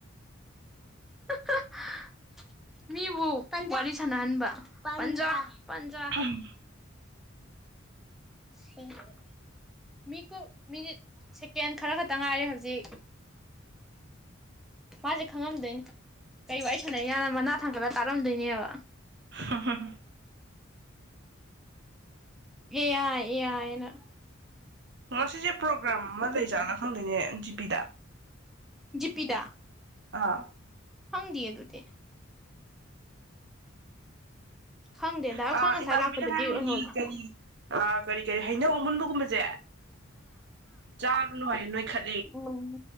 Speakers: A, in the centre; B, on the right.
A: <unintelligible> ꯃꯤꯕꯨ ꯄꯟꯖ ꯋꯥꯔꯤ ꯁꯥꯟꯅꯍꯟꯕ ꯄꯟꯖ ꯄꯟꯖ ꯄꯟꯖ
B: <unintelligible>
A: ꯁꯦꯍꯦ ꯃꯤꯀꯨꯞ ꯃꯤꯅꯤꯠ ꯁꯦꯀꯦꯟ ꯈꯔ ꯈꯇ ꯉꯥꯏꯔꯦ ꯍꯧꯖꯤꯛ ꯃꯥꯖꯦ ꯈꯪꯉꯝꯗꯣꯏꯅꯤ ꯀꯔꯤ ꯋꯥꯔꯤ ꯁꯟꯅꯩꯖꯥꯠꯅꫭ ꯃꯅꯥ ꯊꯥꯡꯒꯠꯂ ꯇꯥꯔꯝꯗꯣꯏꯅꯦꯕ
B: ꯍꯥ ꯍꯥ ꯍꯥ
A: ꯑꯦ ꯑꯥꯏ ꯑꯦ ꯑꯥꯏꯅ
B: ꯉꯁꯤꯖꯦ ꯄ꯭ꯔꯣꯒ꯭ꯔꯥꯝ ꯑꯃ ꯂꯩꯖꯥꯠꯂꯥ ꯈꯪꯗꯦꯅꯦ ꯖꯤ ꯄꯤꯗ
A: ꯖꯤꯄꯤꯗꯥ
B: ꯑꯥ
A: ꯈꯪꯗꯤꯌꯦ ꯑꯗꯨꯗꯤ ꯈꯪꯗꯦꯗ ꯑꯩꯈꯣꯏ
B: ꯑ
A: ꯉꯁꯥꯏ
B: ꯏꯃꯟꯅꯕꯤꯅ
A: ꯂꯥꯛꯄꯗꯗꯤ
B: ꯍꯥꯏꯔꯝꯃꯤꯅꯤ
A: ꯑꯣꯏꯍꯧꯗꯦ
B: ꯀꯔꯤ ꯑ ꯀꯔꯤ ꯀꯔꯤ ꯍꯩꯅꯧ ꯑꯃꯨꯟꯕꯒꯨꯝꯕꯖꯦ ꯆꯥꯔꯨꯅꯣ ꯍꯥꯏꯌꯦ ꯅꯣꯏꯈꯠ
A: ꯎ ꯎꯝ